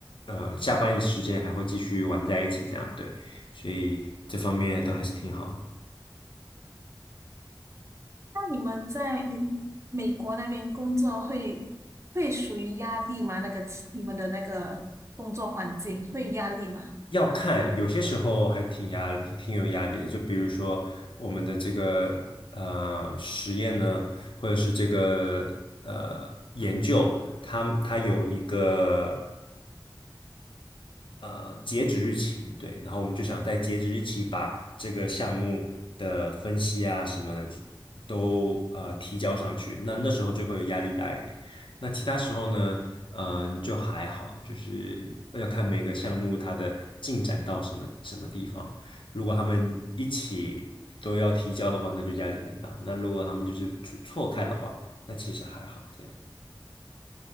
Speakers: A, on the left (about 80°); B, on the right (about 35°).
A: 呃，下班时间还会继续玩在一起，这样对，所以这方面都还是挺好的。
B: 那你们在你美国那边工作会会属于压力吗？那个你们的那个工作环境会压力吗？
A: 要看，有些时候还挺压，挺有压力的。就比如说我们的这个呃实验呢，或者是这个呃研究，它它有一个。呃截止日期，对，然后我们就想在截止日期把这个项目的分析啊什么都呃提交上去，那那时候就会压力大一点。那其他时候呢，嗯、就还好，就是要看每个项目它的进展到什么什么地方。如果他们一起都要提交的话，那就压力很大；那如果他们就是错错开的话，那其实还好这样。